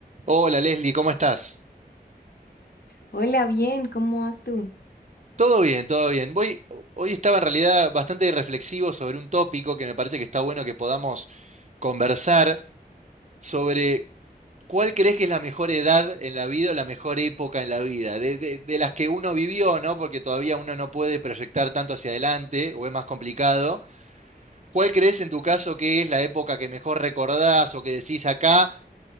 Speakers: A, on the right (about 45°); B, on the left (about 65°).
A: Hola Leslie, ¿cómo estás?
B: Hola, bien, ¿cómo vas tú?
A: Todo bien, todo bien. Voy, hoy estaba en realidad bastante reflexivo sobre un tópico que me parece que está bueno que podamos conversar sobre cuál crees que es la mejor edad en la vida o la mejor época en la vida, de, de- de las que uno vivió, ¿no? Porque todavía uno no puede proyectar tanto hacia adelante o es más complicado. ¿Cuál crees en tu caso que es la época que mejor recordás o que decís acá?